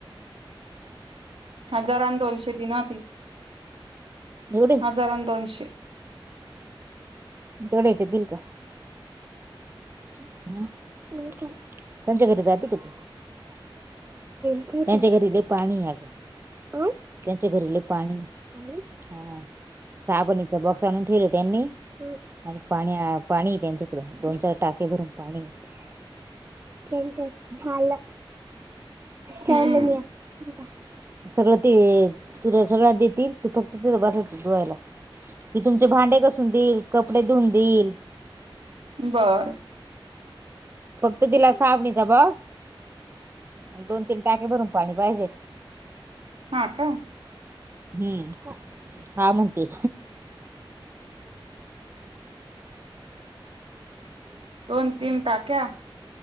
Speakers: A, on the right; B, on the right.
A: हजार आणि दोनशे दिना ती.
B: एवढे
A: हजारां अन दोनशे.
B: तेवढ्याच्यात इल का? बोल कि त्यांच्या घरी जाती का तू? त्यानच्या घरी लय पाणी ए अगं त्यांच्या घरी लेय पाणी. हा हा. साबणीच बॉक्स आणून ठेवलं त्यांनी आणि पाणी- पाणी त्यांच्याकडं दोन-चार टाक ग भून पाणी ये. त्यांचं झालं. सौळलया
A: हम्म
B: <inaudible> सगळं ते तु सगळ्या देती ते तुला फक्त बसायच जेवायला कि तुमचे भांडे कसून देईल, कपडे धुऊन देईल
A: बर
B: फक्त तिला साबणीचा बॉक्स दोन-तीन टाके भरून पाणी पाहिजे
A: हा का?
B: हम्म हा म्हनती.
A: दोन तीन टाक्या?